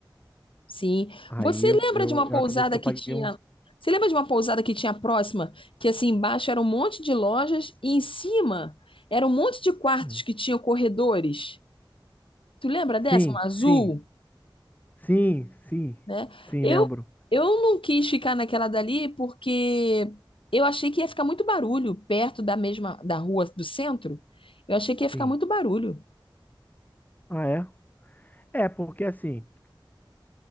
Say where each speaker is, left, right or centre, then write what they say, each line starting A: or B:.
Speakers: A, on the left; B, on the left.
A: Sim.
B: aí
A: Você
B: eu,
A: lembra
B: eu,
A: de uma
B: eu
A: pousada
B: acredito que eu
A: que
B: paguei
A: tinha.
B: um
A: Você lembra de uma pousada que tinha próxima, que assim embaixo era um monte de lojas e em cima era um monte de quartos
B: Hum.
A: que tinham corredores? Tu lembra dessa?
B: Sim,
A: Um azul?
B: sim, sim, sim,
A: né?
B: sim,
A: Eu,
B: lembro.
A: eu não quis ficar naquela dali porque eu achei que ia ficar muito barulho perto da mesma da rua do centro. Eu achei que ia
B: Sim.
A: ficar muito barulho.
B: Ah, é? É, porque assim,